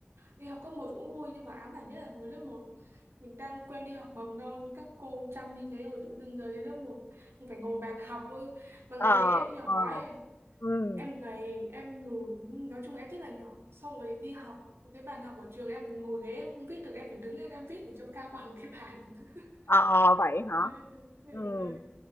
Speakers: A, on the right; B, on the left.
A: đi học cấp một cũng vui nhưng mà ám ảnh nhất là hồi lớp một mình đang quen đi học mầm non các cô chăm đi thế rồi tự dưng giờ đến lớp một mình phải ngồi bàn học ấy. mà ngày đấy
B: ờ,
A: em nhỏ
B: ờ,
A: ấy
B: ừm,
A: em gầy em lùn nói chung em rất là nhỏ xong rồi đi học cái bàn học ở trường em ngồi ghế em không viết được em phải đứng lên em viết để cho cao <laughs> bằng cái bàn <laughs>
B: ờ, vậy hả?
A: Ê, Ôi
B: Ừm,
A: giời ơi.